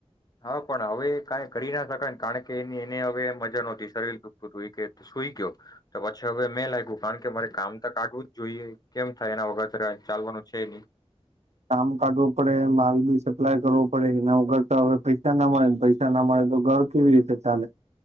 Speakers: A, on the left (about 35°); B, on the right (about 80°).
A: હા, પણ હવે કઈ કરી ના શકાય કારણ કે એની. ને હવે મજા નહોતી સલઈ કે. સઈ કવ પછ. છા હવે મેં લાગ્યું કારણ કે મારે કામ તો કાાગવું જ જોઈએ. કેમ થાય એના. ત ચાલવાનું છે નહી.
B: કામ કાઢવું પડે માલ બી સપ્લાય કરવો પડે એના વગર તો હવે પૈસા ના મળે પૈસા ના મળે તો ઘર કેવી રીતે ચાલે.